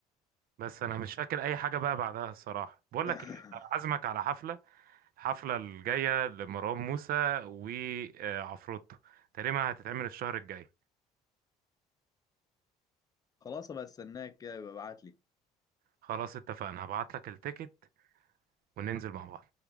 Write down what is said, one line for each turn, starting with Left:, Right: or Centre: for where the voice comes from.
Right: بس انا مش فاكر اي حاجه بقى بعدها الصراحه بقول
Left: <laughs>
Right: لك ايه أنا عازمك على حفله الحفله الجايه لمروان موسى وعفروتو تقريبا هتتعمل الشهر الجاي
Left: خلاص بقى استناك كده يبقى ابعت لي
Right: خلاص اتفقنا هبعت لك التيكت وننزل مع بعض